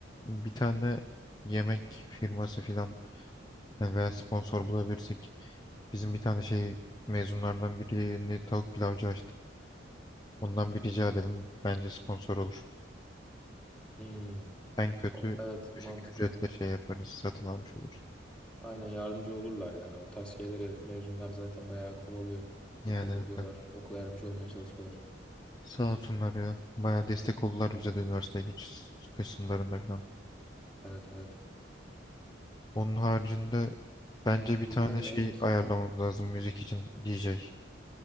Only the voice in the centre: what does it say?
Hmm.
O- evet
mantıklı.
Aynen yardımcı olurlar ya. O tarz şeyleri mezunlar zaten bayağı kovalıyor.
Dikkat ediyorlar.
Okula yardımcı olmaya çalışıyorlar.
Evet evet.
Yemek.